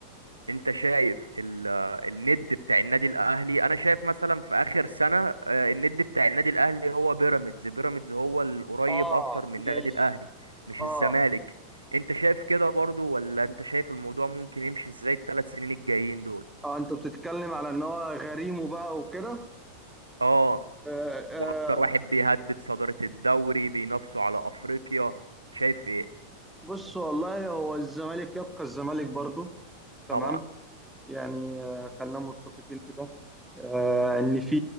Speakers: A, on the right (about 80°); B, in the centre.
A: انت شايف ال- الند بتاع النادي الاهلي انا شايف مثلا في اخر سنة آه، الند بتاع النادي الاهلي هو بيراميدز بيراميدز هو القريب
B: اه
A: اكتر من النادي
B: ماشي
A: الاهلي مش
B: اه
A: الزمالك انت شايف كده برضو ولا انت شايف الموضوع ممكن يمشي ازاي الثلاث سنين الجايين دول
B: اه انت بتتكلم على ان هو غريم وبقى وكده
A: اه
B: آه
A: واكتر
B: آه
A: واحد بيهدد صدارة الدوري بينافسوا على افريقيا شايف ايه
B: بص والله هو الزمالك يبقى الزمالك برضو تمام
A: طبعا
B: يعني آه خلينا متفقين في ده آه، ان في